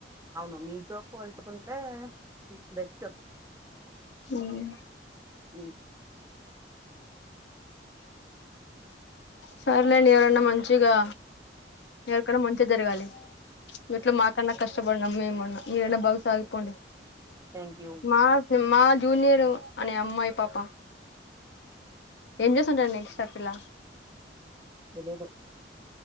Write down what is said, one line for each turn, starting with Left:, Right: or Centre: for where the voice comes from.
Right: అవును మీతో పోల్చి కుంటే మ్మ్ బెస్ట్
Left: హ్మ్
Right: హ్మ్
Left: సర్లేండి ఎవరైనా మంచిగా ఎవరికన్నా మంచి జరగాలి ఎట్లో మాకన్నా కష్ ష్ట పడ్డం మేమన్న మీరన్న బాగుసాగిపోండి
Right: థ్యాంక్ యూ
Left: మాసు మాల్ జూనియరు అని అమ్మాయి పాప ఎంజ సుంటారు నెక్స్ట్ ఆ పిల్ల
Right: తెలీదు